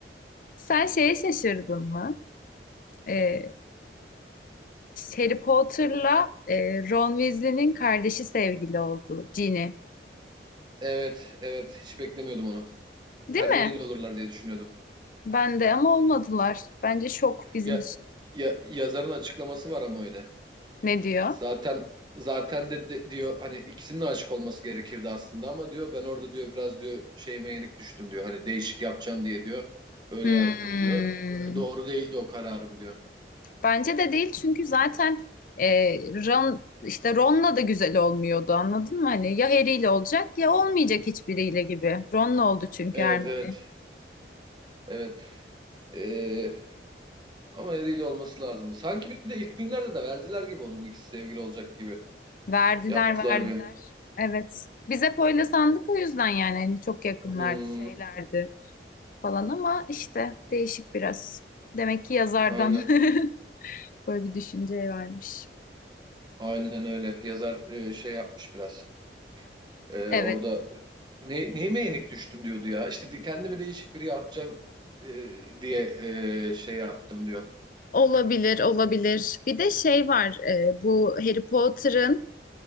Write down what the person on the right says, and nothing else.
Evet evet hiç beklemiyordum onu.
Hermione
ile olurlar diye düşünüyordum.
Ya,
ya yazarın açıklaması var ama öyle.
Zaten zaten de, de- diyor hani ikisinin de aşık olması gerekirdi aslında ama diyor ben orada diyor biraz diyor şeyime yenik düştüm diyor. Hani değişik yapacağım diye diyor. Öyle yazdım
diyor. Doğru değildi o kararım diyor.
Evet
evet evet. Ee, ama eriyle olması lazım. Sanki bir de ilk filmlerde de verdiler gibi onu bu ikisi sevgili olacak gibi
yaptılar
bir.
Hmm,
aynen
aynen öyle. Yazar e, şey yapmış biraz. Ee,
orada ne, neyime yenik düştüm diyordu ya. İşte di- kendimi değişik biri yapacağım e, diye e, şey yaptım diyor.